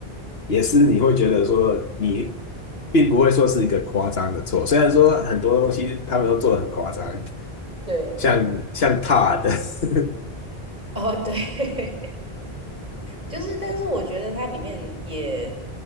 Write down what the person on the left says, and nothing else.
也是你会觉得说你并不会说是一个夸张的错，虽然说很多东西他们都做的很夸张，
像像 t 的，d